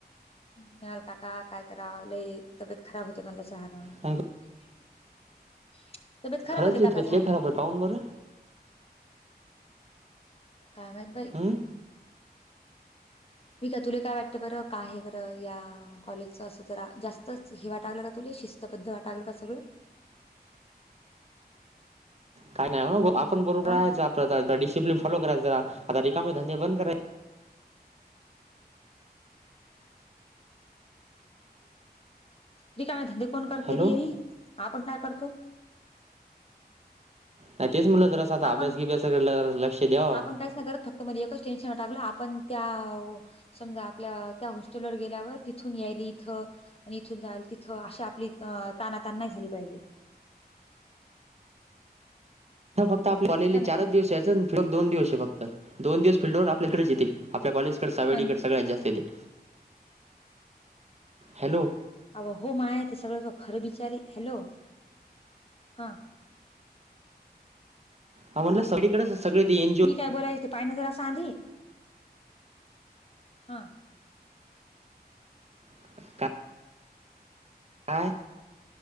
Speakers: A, on the left; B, on the right.
A: मिळाल, काका काय कराल लई तब्येत खराब होते म्हटलं चहान
B: मग
A: <inaudible>
B: खरंच
A: होते
B: तुझी
A: काका
B: तब्येत
A: चहानं
B: लई खराब काहून बरं.
A: काय माहित बाई.
B: हं
A: मी का तुले काय वाटतं बरं, काय आहे बरं या. कॉलेजच असं जरा जास्तच हे वाटालय का तुले शिस्तबद्ध वाटालं का सगळं.
B: काय नाही वो, आपण बरोबर
A: हा
B: रायचं आपण डिसिप्लिन फॉलो करायचा जरा, आता रिकामे धंदे बंद करायचे.
A: रिकामं धंदे कोण करते
B: हॅलो
A: री येरी, आपण काय करतो
B: नाही तेच म्हटलं जरा आता
A: आपण
B: अभ्यास गिभ्यासकडे लक्ष द्याव.
A: आपण काहीच करत फक्त मध्ये एकच टेन्शन टाकलं आपण त्या समजा आपल्या त्या हॉस्टेलवर गेल्यावर तिथून यायली इथं आणि इथून जायल तिथं अशी आपली ताना, तान नाही झाली पाहिजे.
B: ह फक्त आपली कॉलेजले
A: का नाही
B: चारच दिवस यायाचंन दोन दिवस हे फक्त, दोन दिवस फिल्ड वर आपल्याकडेच येते. आपल्या कॉलेज सावेडी
A: अन
B: सगळ्यात जास्त हाय त्याची. हॅलो
A: अ हो माय ते सगळं तु खरं बिचारी, हॅलो. हा
B: हा म्हटलं सगळीकडच सगळ तेन
A: मी काय बोलाले ते पाहणा जरा आधी. हा
B: <unintelligible> काय?